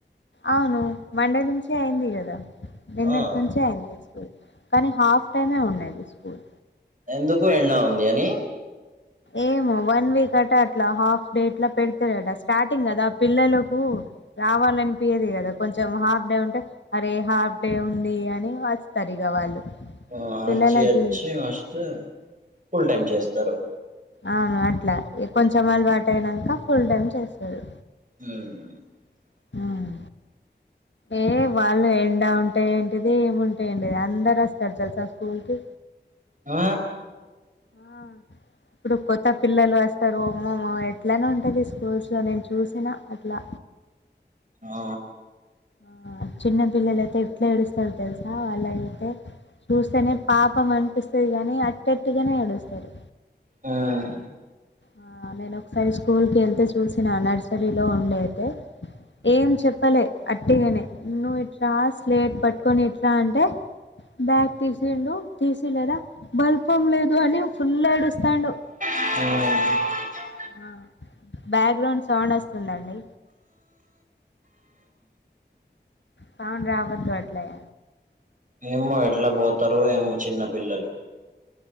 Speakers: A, on the left (about 80°); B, on the right (about 45°).
A: అవును మండే నుంచే అయింది కదా నిన్నటి
B: ఆ
A: నుంచే అయింది స్కూల్ కానీ హాఫ్ టైమే ఉన్నది స్కూల్
B: ఎందుకు ఎండా ఉంది అని
A: ఏమో వన్ వీక్ అట అట్లా హాఫ్ డే అట్లా పెడతారట స్టార్టింగ్ కదా పిల్లలకు రావాలనిపయదు కదా కొంచెం హాఫ్ డే ఉంటే అరే హాఫ్ డే ఉంది అని వస్తరు ఇగా వాళ్ళు
B: మ్
A: పిల్లలది
B: అచ్చి అచ్చి వస్తే ఫుల్ టైమ్ చేస్తరు
A: ఆ అట్లా కొంచెం అలవాటు అయినాంక ఫుల్ టైమ్ చేస్తరు
B: మ్
A: హ్మ్. ఏ వాళ్ళు ఎండా ఉంటే ఏంటిది ఏముంటే ఏంటిది అందరు వస్తారు తెలుసా స్కూల్ కి
B: మ్
A: ఆ! ఇప్పుడు కొత్త పిల్లలు వస్తరు ఒమ్మ ఎట్లనో ఉంటది స్కూల్స్ లో నేను చూసినా అట్లా
B: ఆ
A: ఆ చిన్న పిల్లలయితే ఎట్లా ఏడుస్తారు తెలుసా వాళ్ళ అయితే చూస్తేనే పాపం అనిపిస్తది గానీ అట్టట్టుగానే ఏడుస్తారు
B: ఉమ్
A: ఆ నేను ఒకసారి స్కూల్ కి ఎళ్తే చూసిన నర్సరీలో ఉండేతే ఏం చెప్పలే అట్టిగానే నువ్వెట్ల స్లేట్ పట్టుకొని ఇట్ర అంటే బ్యాగ్ తీసిండు తీసిలేదా బల్పం లేదు అని ఫుల్ ఏడుస్తాండు
B: ఉమ్
A: ఆ బ్యాక్గ్రౌండ్ సౌండ్ వస్తుందండి సౌండ్ రావద్దు అట్లాయ
B: ఏమో ఎట్లా పోతారో ఏమో చిన్న పిల్లలు